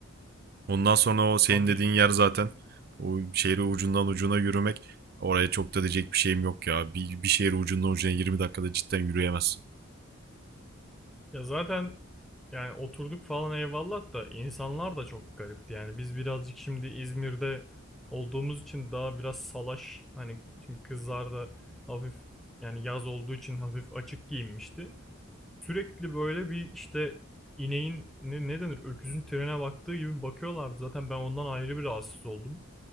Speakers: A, on the right; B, in the centre.
A: Ondan sonra o senin
B: Abi
A: dediğin yer zaten o şehri ucundan ucuna yürümek oraya çok da diyecek bir şeyim yok ya. Bir, bir şehri ucundan ucuna 20 dakikada cidden yürüyemezsin. <laughs>
B: Ya zaten yani oturduk falan eyvallah da insanlar da çok garipti. Yani biz birazcık şimdi İzmir'de olduğumuz için daha biraz salaş. Hani şimdi kızlar da hafif yani yaz olduğu için hafif açık giyinmişti. Sürekli böyle bir işte ineğin ne, ne denir öküzün trene baktığı gibi bakıyorlardı. Zaten ben ondan ayrı bir rahatsız oldum.